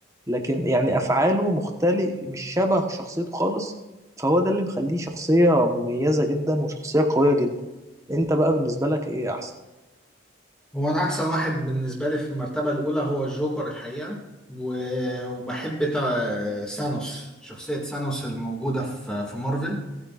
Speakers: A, on the right; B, in the centre.
A: لكن يعني افعاله مختلف مش شبه شخصيته خالص فهو ده اللي مخليه شخصية مميزة جدا وشخصية قوية جدا انت بقى بالنسبة لك ايه احسن
B: هو انا احسن واحد بالنسبه لي في المرتبه الاولى هو الجوكر الحقيقه و- وبحب تا- سانوس شخصيه سانوس الموجوده في في مارفل